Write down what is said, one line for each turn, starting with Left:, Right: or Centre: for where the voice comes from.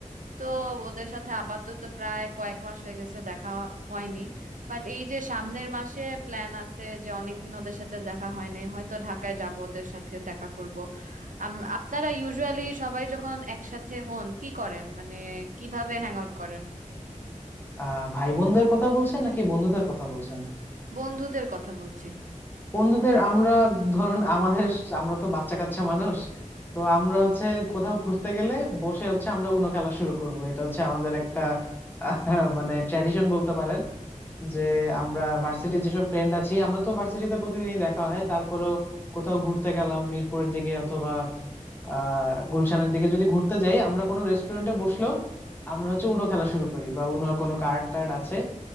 Right: তো ওদের সাথে আপাতত প্রায় কয়েক মাস হয়ে গেছে দেখা হয়নি বাট এই যে সামনের মাসে প্ল্যান আছে যে অনেকদিন ওদের সাথে দেখা হয় নাই হয়তো ঢাকায় যাব ওদের সাথে দেখা করব আম- আপনারা ইউজুয়ালি সবাই যখন একসাথে হন কি করেন মানে কিভাবে হ্যাং আউট করেন
Left: আহ ভাই বোনদের কথা বলছেন নাকি বন্ধুদের কথা বলছেন
Right: বন্ধুদের কথা বলছি
Left: বন্ধুদের আমরা ধরুন আমাদের আমরা তো বাচ্চা কাচ্চা মানুষ তো আমরা হচ্ছে কোথাও ঘুরতে গেলে বসে হচ্ছে আমরা উনো খেলা শুরু করব এটা হচ্ছে আমাদের একটা আহ, মানে ট্র্যাডিশন বলতে পারেন যে আমরা ভার্সিটির যেসব ফ্রেন্ড আছি আমরা তো ভার্সিটিতে প্রতিদিনই দেখা হয় তারপরেও কোথাও ঘুরতে গেলাম মিরপুরের দিকে অথবা আহ গুলশানের দিকে যদি ঘুরতে যাই আমরা কোনো রেস্টুরেন্টে বসলেও আমরা হচ্ছে উনো খেলা শুরু করি বা উনো কোনো কার্ড টার্ড আছে